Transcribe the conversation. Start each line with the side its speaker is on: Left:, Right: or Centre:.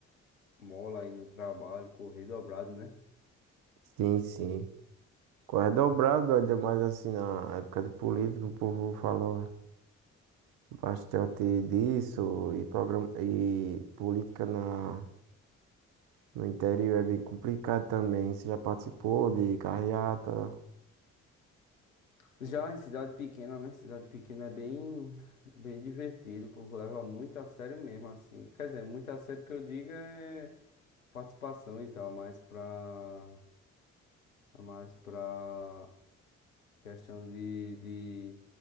Left: mola aí no trabalho, correr dobrado, né?
Right: Sim, sim. Corre dobrado, ainda mais assim na época de política, o povo falou bastante disso. E, programa, e política na, no interior é bem complicado também. Você já participou de carreata?
Left: Já em cidade pequena, né? Cidade pequena é bem, bem divertido, o povo leva muito a sério mesmo, assim. Quer dizer, muito a sério que eu digo é participação e tal, mas pra, mais pra questão de, de,